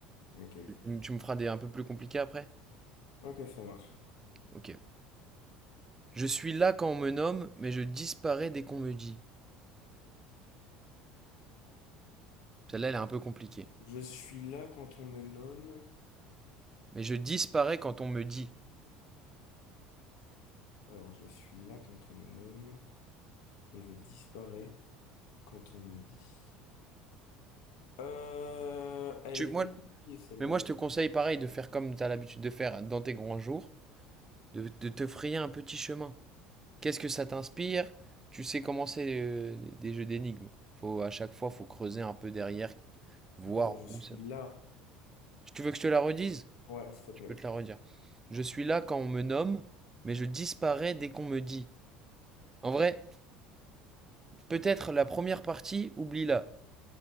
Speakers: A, on the left; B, on the right.
A: Ok, ok.
B: Tu, tu me feras des un peu plus compliqués après?
A: Ok, ça marche.
B: Ok. Je suis là quand on me nomme, mais je disparais dès qu'on me dit. Celle-là, elle est un peu compliquée.
A: Je suis là quand on me nomme.
B: Mais je disparais quand on me dit.
A: Alors, je suis là quand on me nomme, mais je disparais quand on me dit. Euh, elle
B: Tu,
A: est
B: moi,
A: compliquée celle-là.
B: mais moi, je te conseille pareil de faire comme tu as l'habitude de faire dans tes grands jours, de, de te frayer un petit chemin. Qu'est-ce que ça t'inspire Tu sais comment c'est euh, des jeux d'énigmes. Faut, à chaque fois, faut creuser un peu derrière, voir
A: Donc, attends, je suis
B: où ça.
A: là.
B: Tu veux que je te la redise?
A: Ouais, s'il te
B: Je
A: plaît.
B: peux te la redire. Je suis là quand on me nomme, mais je disparais dès qu'on me dit. En vrai, peut-être la première partie, oublie-la.